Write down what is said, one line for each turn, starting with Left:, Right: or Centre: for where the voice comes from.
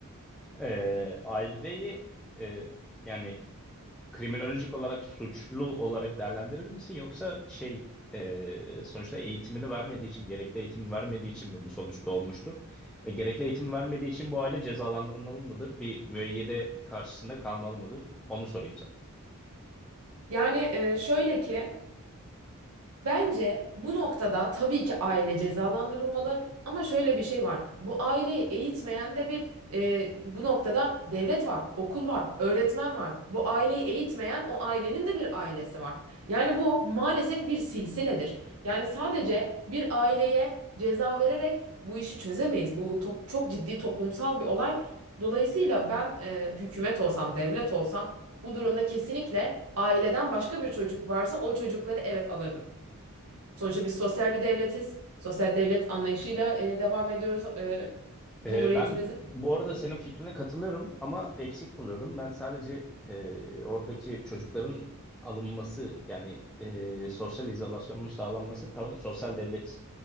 Centre: E, aileyi e, yani Kriminolojik olarak suçlu olarak değerlendirir misin yoksa şey e, sonuçta eğitimini vermediği için gerekli eğitimi vermediği için mi bu sonuç doğmuştur? E, gerekli eğitim vermediği için bu aile cezalandırılmalı mıdır? Bir müeyyide karşısında kalmalı mıdır? Onu sorayım
Right: Yani e, şöyle ki Bence bu noktada tabii ki aile cezalandırılmalı ama şöyle bir şey var. Bu aileyi eğitmeyen de bir e, bu noktada devlet var, okul var, öğretmen var. Bu aileyi eğitmeyen o ailenin de bir ailesi var. Yani bu maalesef bir silsiledir. Yani sadece bir aileye ceza vererek bu işi çözemeyiz. Bu top- çok ciddi toplumsal bir olay. Dolayısıyla ben e, hükümet olsam, devlet olsam bu durumda kesinlikle aileden başka bir çocuk varsa o çocukları evet alırdım. Sonuçta biz sosyal bir devletiz. Sosyal devlet anlayışıyla e, devam ediyoruz e, Cumhuriyetimize.
Centre: Ee, ben bu arada senin fikrine katılıyorum ama eksik buluyorum. Ben sadece e, oradaki çocukların alınması yani e, sosyal izolasyonun sağlanması tamam sosyal devlet